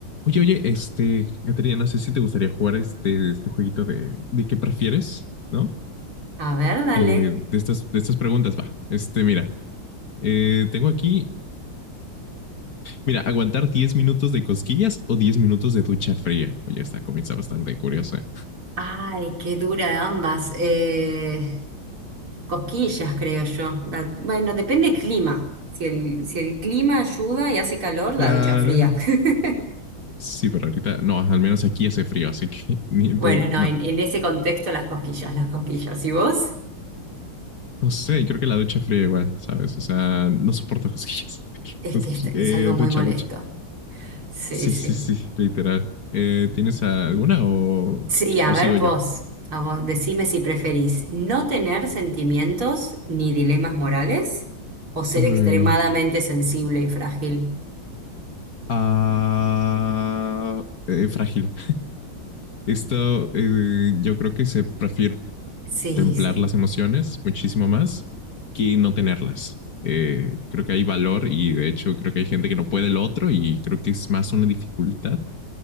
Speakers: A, on the left; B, on the right.
A: Oye, oye, este, Caterina, no sé si te gustaría jugar este, este jueguito de, de qué prefieres, ¿no?
B: A ver, dale.
A: Eh, de estas, de estas preguntas, va. Este, mira, eh, tengo aquí, mira, aguantar 10 minutos de cosquillas o 10 minutos de ducha fría. Oye, esta comienza bastante curiosa.
B: Ay, qué dura ambas. Eh, cosquillas, creo yo. La- bueno, depende del clima. Si el, si el clima ayuda y hace calor, la
A: Claro.
B: ducha fría. <laughs>
A: Sí, pero ahorita, no, al menos aquí hace frío, así que <laughs> ni
B: Bueno,
A: tú,
B: no,
A: no.
B: en, en ese contexto las cosquillas, las cosquillas. ¿Y vos?
A: No sé, creo que la ducha fría igual, ¿sabes? O sea, no soporto cosquillas. <laughs>
B: Es
A: Cosqui-
B: que esta-
A: eh,
B: es, algo muy
A: ducha,
B: molesto.
A: ducha.
B: Sí,
A: Sí,
B: sí.
A: sí, sí, literal. Eh, ¿tienes alguna o,
B: Sí, a
A: o
B: ver
A: sigo
B: vos,
A: yo?
B: a vos, decime si preferís no tener sentimientos ni dilemas morales o ser
A: Uy,
B: extremadamente sensible y frágil.
A: ah, eh, frágil. Esto eh, yo creo que se prefiere
B: Sí,
A: contemplar
B: sí.
A: las emociones muchísimo más que no tenerlas. Eh, creo que hay valor y de hecho creo que hay gente que no puede lo otro y creo que es más una dificultad